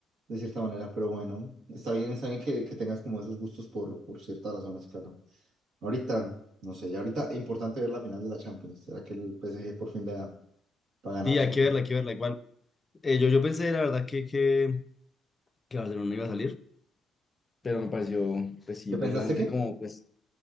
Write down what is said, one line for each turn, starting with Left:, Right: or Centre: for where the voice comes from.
Right: de cierta manera, pero bueno, está bien, está bien que, que tengas como esos gustos por, por ciertas razones, claro. Ahorita, no sé, ya ahorita es importante ver la final de la Champions. ¿Será que el PSG por fin le da para ganar
Left: Sí,
Right: su...
Left: hay que verla, hay que verla. Igual Eh, yo, yo pensé, la verdad, que, que, que Barcelona iba a salir, pero me pareció, pues sí,
Right: ¿Qué
Left: impresionante
Right: pensaste que?
Left: como, pues,